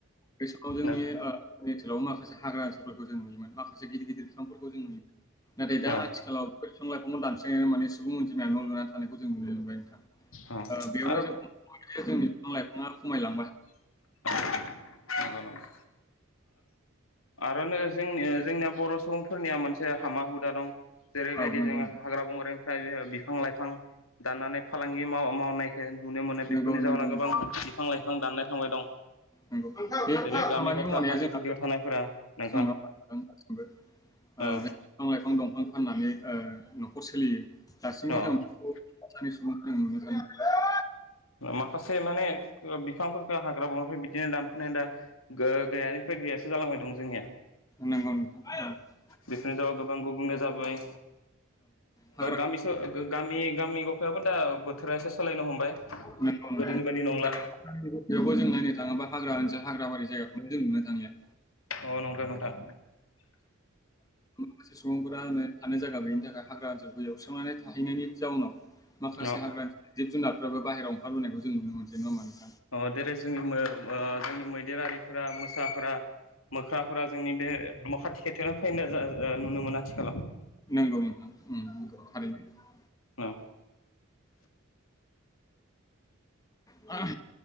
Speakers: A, on the left (about 15°); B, on the left (about 80°).
A: बे समाव जोंनि
B: न
A: ओनसोलाव माखासे हाग्रा ओनसोलफोरखौ जों नुयोमोन माखासे गिदिर गिदिर बिफांफोरखौ जों नुयोमोन नाथाय दा
B: अ
A: आथिखालाव बेफोर बिफां लाइफांखौ दानस्रांनानै माने सुबुं अनजिमाया न' लुनानै थानायखौ जों नुनो मोनबाय नोंथां
B: अ
A: बेयावनो
B: आरो
A: जोंनि बिफां लाइफाङा खमायलांबाय
B: नंगौ नंगौ। आरोनो जोंनि जोंनिया बर' सुबुं फोरनिया मोनसे हामा हुदा दं जेरैबायदि
A: औ नंगौ
B: जोङो
A: नोंथां।
B: हाग्रा बंग्रानिफ्राय जोङो बिफां लाइफां दान्नानै फालांगि मावनायखौ नुनो मोनो बेफोरनि
A: नंगौ नंगौ
B: जाहोनाव
A: नोंथां
B: गोबां मानसिफोरा बिफां दाननो थांबाय दं
A: नंगौ। बे
B: जेरै
A: बे
B: गामि
A: खामानि
B: गफा
A: मावनाया
B: हाजो
A: जोंहा
B: गुदियाव थानायफोरा नोंथां
A: नङा होमबा दासिमबो।
B: औ
A: बिफां लाइफां दंफां फाननानै न'खर सोलियो दासिमबो
B: औ
A: जों साफा सानै सुबुं नुनो थाङो
B: माखासे माने बिफांफोरखौ हाग्रा बंग्राफोर बिदिनो दानफायनानै दा गैयानिफ्राय गैया सो जालांबाय दं जोंनिया।
A: नंगौ नोंथां औ औ
B: बेफोरनि जाउनाव गोबां गुबुंले जाबोबाय
A: हाग्रा
B: गामिसो गामि गामि गफायावबो दा बोथोरा एसे सोलायनो हमबाय
A: बेयावबो
B: गोदोनि बायदि नंला
A: जों नायनो थाङोबा हाग्रा ओनसोल हाग्रा बारि जायगाखौनो जों नुनो थांलिया
B: औ नंगो नोंथां
A: माखासे सुबुंफोरा होनो थानो जायगा गैयनि थाखाय हाग्रा ओनसोलखौ एवस्रांनानै थाहैनायनि जाउनाव माखासे
B: अ
A: हाग्राानि जिब जुनारफ्राबो बाहेरायाव ओंखारबोनायखौ जों नुनो मोनसै नङा होनबा नोंथां?
B: उम जेरै जोंनि जोंनि मैदेरारिफोरा मोसाफोरा मोख्राफोरा जोंनि बे न' खाथि खाथियावनो फैनाय नुनो मोनो आथिखालाव
A: नंगौ नोंथां उम नंगौ थारैनो
B: औ
A: आ